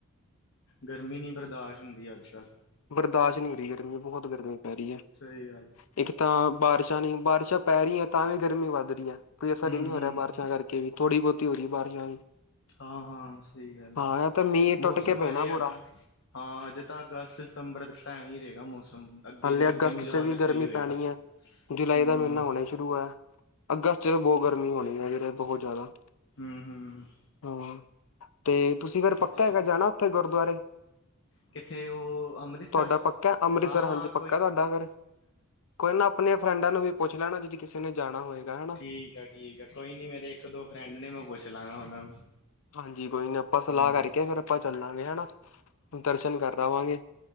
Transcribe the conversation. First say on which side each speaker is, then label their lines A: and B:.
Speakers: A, on the left (about 55°); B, on the left (about 75°).
A: ਗਰਮੀ ਨੀ ਬਰਦਾਸ਼ਤ ਹੁੰਦੀ ਅੱਜ ਕੱਲ੍ਹ
B: ਬਰਦਾਸ਼ਤ ਨਈ ਹੋ ਰਹੀ ਗਰਮੀ, ਬਹੁਤ ਗਰਮੀ ਪੈ ਰਹੀ ਐ।
A: ਸਹੀ ਗੱਲ।
B: ਇੱਕ ਤਾਂ ਬਾਰਿਸ਼ਾਂ ਨੇ, ਬਾਰਿਸ਼ਾਂ ਪੈ ਰਹੀਆਂ ਤਾਂ ਵੀ ਗਰਮੀ ਵੱਧ ਰਹੀ ਏ, ਕੋਈ ਅਸਰ
A: ਹਮ
B: ਹੀ ਨਈ ਹੋ
A: ਹਮ
B: ਰਿਹਾ ਬਾਰਿਸ਼ਾਂ ਕਰਕੇ ਵੀ ਥੋੜੀ ਬਹੁਤੀ ਹੋ ਰਹੀ ਬਾਰਸ਼ਾਂ ਵੀ
A: ਹਾਂ-ਹਾਂ, ਸਹੀ ਗੱਲ
B: ਹਾਂ
A: ਆ
B: ਇਹ ਤਾਂ ਮੀਂਹ
A: ਮੌਸਮ
B: ਟੁੱਟ ਕੇ ਪੈਣਾ
A: ਹਜੇ
B: ਪੂਰਾ
A: ਅੱਗਾ ਹਾਂ ਅਜੇ ਤਾਂ ਅਗਸਤ, ਸਤੰਬਰ ਤੱਕ ਤਾਂ ਐਂ ਹੀ ਰਹੇਗਾ ਮੌਸਮ ਅੱਗੇ
B: ਹਲੇ
A: ਅੱਗੇ
B: ਅਗਸਤ
A: ਨੂੰ ਜਾ
B: ਚ
A: ਕੇ
B: ਵੀ ਗਰਮੀ
A: ਸਹੀ ਹੋਏਗਾ
B: ਪੈਣੀ ਏ, ਜੁਲਾਈ
A: ਹਮ
B: ਦਾ ਮਹੀਨਾ
A: ਹਾਂ
B: ਹੋਣੇ ਸ਼ੁਰੂ ਹੋਇਆ। ਅਗਸਤ ਚ ਬਹੁਤ ਗਰਮੀ ਹੋਣੀ ਏ, ਅਜੇ ਬਹੁਤ ਜ਼ਿਆਦਾ।
A: ਹੁੰ-ਹੁੰ।
B: ਹਾਂ ਤੇ ਤੁਸੀਂ ਫੇਰ ਪੱਕਾ
A: ਚ
B: ਹੈਗਾ ਜਾਣਾ ਉੱਥੇ ਗੁਰਦੁਆਰੇ।
A: ਕਿੱਥੇ? ਉਹ ਅੰਮ੍ਰਿਤਸਰ
B: ਤੁਹਾਡਾ ਪੱਕਾ ਅੰਮ੍ਰਿਤਸਰ
A: ਹਾਂ-ਹਾਂ।
B: ਹਾਂਜੀ ਪੱਕਾ ਤੁਹਾਡਾ ਫਿਰ, ਕੋਈ ਨਾ ਆਪਣੀਆਂ ਫਰੈਂਡਾਂ ਨੂੰ ਵੀ ਪੁੱਛ ਲੈਣਾ ਜੇ ਕਿਸੇ ਨੇ ਜਾਣਾ ਹੋਏਗਾ ਹੈਨਾ।
A: ਠੀਕ ਆ, ਠੀਕ ਆ ਕੋਈ ਨੀ ਮੇਰੇ ਇੱਕ ਦੋ ਫਰੈਂਡ ਨੇ ਮੈਂ ਪੁੱਛ ਲਾਂਗਾ ਉਹਨਾਂ ਨੂੰ
B: ਹਾਂਜੀ ਕੋਈ ਨਾ ਆਪਾਂ
A: ਹਾਂਜੀ
B: ਸਲਾਹ ਕਰਕੇ ਫੇਰ ਆਪਾਂ ਚੱਲਾਂਗੇ ਹੈਨਾ, ਦਰਸ਼ਨ ਕਰ ਆਵਾਂਗੇ।